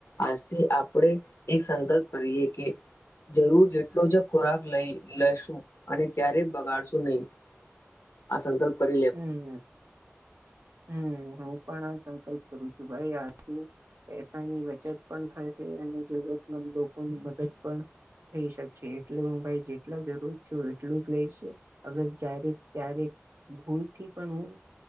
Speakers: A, on the left; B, on the right.
A: આજથી આપણે એક સંકલ્પ કરીએ કે જરૂર જેટલો જ ખોરાક લઈ લેસું અને ક્યારેય બગાડશું નહી <inaudible> આ સંકલ્પ પર
B: હમ્મ હમ્મ હું પણ આ સંકલ્પ કરું છું ભાઈ આથી પૈસાની બચત પણ થશે, અને જરૂરતમંદ લોકોની મદદ પણ થઈ શકશે એટલે હું ભાઈ જેટલા જરૂર છું, એટલું જ લઈશે અગર જ્યારે ત્યારેક ભૂલથી પણ હુ